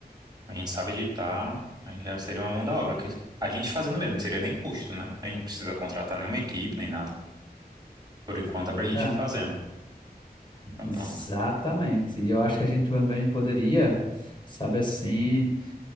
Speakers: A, on the right; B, on the left.
A: a gente sabe editar, aí já seria uma mão da obra, que a gente fazendo mesmo, não seria nem custo, né? A gente não precisa contratar nenhuma equipe, nem nada. Por enquanto dá
B: Pois
A: pra gente
B: é,
A: ir fazendo. Então
B: exatamente.
A: pronto.
B: E eu acho
A: Hum,
B: que a gente também poderia, sabe assim,